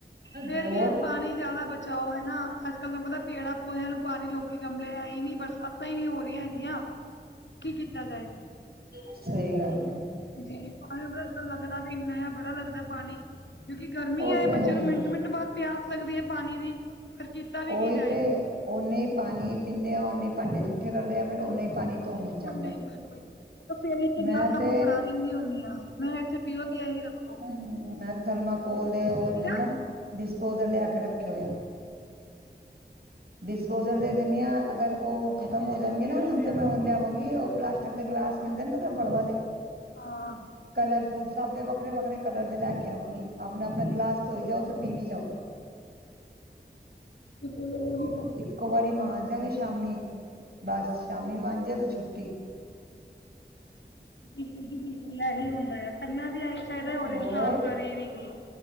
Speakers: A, on the left; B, on the right.
A: ਫੇਰ
B: ਹੋਰ
A: ਵੀ ਪਾਣੀ ਜਿਆਦਾ ਬਚਾਓ ਹੈਨਾ ਅੱਜ ਕੱਲ ਨੂੰ ਪਤਾ ਪੇੜਾਂ ਪੌਦਿਆਂ ਨੂੰ ਪਾਣੀ ਲੋਕੀ ਗਮਲੇ ਹੈ ਈ ਨੀ ਬਰਸਾਤਾਂ ਹੀ ਨਹੀਂ ਹੋ ਰਹੀਆਂ ਹੈਗੀਆਂ। ਕੀ ਕੀਤਾ ਜਾਏ,
B: ਸਹੀ ਗੱਲ ਹੈ
A: ਜੀ ਪਾਨੀ ਲੱਗਦਾ ਵੀ ਇੰਨਾ ਹੈ ਬੜਾ ਲੱਗਦਾ ਪਾਣੀ, ਕਿਉਂਕਿ ਗਰਮੀ
B: ਉਹ
A: ਆ
B: ਤੇ
A: ਬੱਚਿਆਂ
B: ਹੈ ਹੀ
A: ਨੂੰ ਮਿੰਟ-ਮਿੰਟ
B: ਹੈ
A: ਬਾਅਦ ਪਿਆਸ ਲੱਗਦੀ ਹੈ ਪਾਣੀ ਦੀ। ਕੀਤਾ ਵੀ
B: ਉਹੀ
A: ਕੀ ਜਾਏ।
B: ਤੇ, ਉਹਨਾਂ ਹੀ ਪਾਣੀ ਪੀਂਦੇ ਆ ਉਹਨੇ ਈ ਭਾਂਡੇ ਜੂਠੇ ਕਰਦੇ ਆ ਫਿਰ ਉਹਨਾਂ ਹੀ ਪਾਣੀ ਧੋ ਨੀ
A: ਹੁਣ
B: ਜਾਂਦਾ
A: ਨਹੀਂ
B: ਹੈ
A: ਬਿਲਕੁਲ, ਫੇਰ ਇੱਕ ਗਲਾਸ
B: ਮੈਂ
A: ਸਾਨੂੰ
B: ਤੇ
A: ਫੜਾ ਦਿੰਦੀ ਹੁੰਨੀ ਆ ਮੈਂ ਇੱਥੇ ਪੀਓ ਤੇ ਇਹੀ ਰੱਖੋ।
B: ਹੂੰ ਮੈਂ ਤੇ ਥਰਮਾਕੋਲ ਦੇ ਉਹ ਹੁੰਦੇ
A: ਤੇਰਾ
B: ਨਾ, ਡਿਸਪੋਜਲ ਲਿਆ ਕੇ ਰੱਖੇ ਹੋ ਆ। ਡਿਸਪੋਜਲ ਦੇ ਦਿੰਨੀ ਆ। ਅਗਰ ਉਹ ਖਤਮ ਹੋ ਜਾਣਗੇ ਨਾ ਹੁਣ ਤਾਂ ਮੈਂ ਹੁਣ ਲਿਆਵਾਂਗੀ ਉਹ ਪਲਾਸਟਿਕ ਦੇ ਗਲਾਸ ਮਿਲਦੇ ਨਾ ਤਾਂ ਬੜਵਾਲੇ। <inaudible>
A: ਹਾਂ
B: ਕਲਰ ਫੁੱਲ ਸਭ ਦੇ ਵੱਖਰੇ-ਵੱਖਰੇ ਕਲਰ ਦੇ ਲੈ ਕੇ ਆਵਾਂਗੀ, ਆਪਣਾ-ਆਪਣਾ ਗਲਾਸ ਧੋਈ ਜਾਓ ਤੇ ਪੀ ਵੀ ਜਾਓ।
A: ਬਿਲਕੁਲ ਉਹੀ
B: ਇੱਕੋ ਵਾਰੀ ਮਾਂਜ ਦਿਆਗੇ ਸ਼ਾਮੀ, ਬਸ ਸ਼ਾਮੀ ਮਾਂਜੇ ਤੇ ਛੁੱਟੀ।
A: ਬਿਲਕੁਲ ਜੀ ਬਿਲਕੁਲ ਇਹੀ ਹੁੰਦਾ ਹੈ ਕਰਨਾ ਵੀ ਇਹੀ ਚਾਹੀਦਾ
B: ਹੋਰ
A: ਔਰ ਇਨਸਾਨ ਕਰੇ ਵੀ ਕੀ।